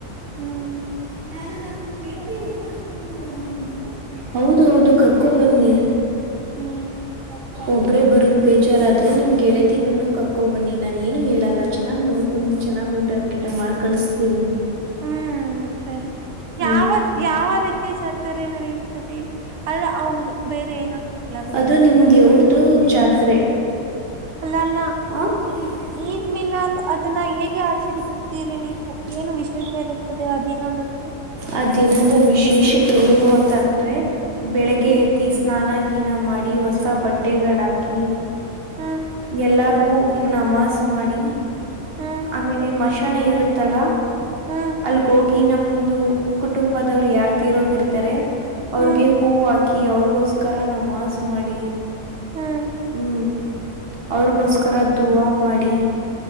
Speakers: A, on the right; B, on the right.
A: ಹ್ಮ್
B: ನಾನು ನನ್ನ ಗೆಳತಿಯನ್ನು ಕರೆದುಕೊಂಡು ಬರಬಹುದೇ ಹೌದು ಹೌದು ಕರ್ಕೋ ಬನ್ನಿ
A: ಹ್ಮ್ ಸರಿ
B: ಒಬ್ರೇ ಬರದ್ ಬೇಜಾರಾದ ನಿಮ್ ಗೆಳತಿನ್ನ ಕರ್ಕೊ ಬನ್ನಿ ನಾನ ಏನು ಹೇಳಲ್ಲ ಚೆನ್ನ್ ನೋಡ್ಕೊಂಡು ಚೆನ್ನಾಗಿ ಊಟ ಗಿಟ ಮಾಡಿ ಕಳ್ ಹೂ
A: ಹ್ಮ್ ಸರಿ
B: ಹ್ಮ್
A: ಯಾವ ಯಾವ ರೀತಿಯ ಜಾತ್ರೆ ನಡೆಯತದೆ ಅಲ್ಲ ಹೌದು ಬೇರೆ ಏನೋ ಕೇಳಬೇಕು.
B: ಅದು ನಿಮ ದೇವ್ರದು ಜಾತ್ರೆ
A: ಅಲ್ಲ ಅಲ್ಲ
B: <unintelligible>
A: ಈದ್ ಮಿಲಾದ್ ಅದನ್ನ ಹೇಗೆ ಆಚರಿಸುತ್ತೀರಿ ನೀವು? ಏನು ವಿಶೇಷ ಇರುತ್ತದೆ ಆ ದಿನದಂದು?
B: ಆ ದಿನದ ವಿಶೇಷತೆ ಏನು ಅಂತ ಅಂದ್ರೆ, ಬೆಳಗ್ಗೆ
A: ಹ್ಮ್
B: ಎದ್ದಿ ಸ್ನಾನ ಗೀನ ಮಾಡಿ ಹೊಸ ಬಟ್ಟೆಗಳಾಕಿ
A: ಹ್ಮ್
B: ಎಲ್ಲಾರ್ಗೂ ನಮಾಜ್ ಮಾಡಿ
A: ಹ್ಮ್
B: ಆಮೇಲೆ ಮಶಾಣ ಇರುತ್ತಲ್ಲ
A: ಹ್ಮ್
B: ಅಲ್ ಗೋಗಿ ನಮ್ದು ಕುಟುಂಬದವರು ಯಾರ್ ತೀರೋಗಿರ್ತಾರೆ ಅವ್ರಿಗೆ
A: ಹ್ಮ್
B: ಹೂ ಹಾಕಿ ಅವ್ರಿಗೋಸ್ಕ ಯಸ್ಕರ ನಮಾಜ್ ಮಾಡಿ,
A: ಹ್ಮ್
B: ಹ್ಮ್ ಅವ್ರಿಗೋಸ್ಕರ ಧುವಾ ಮಾಡಿ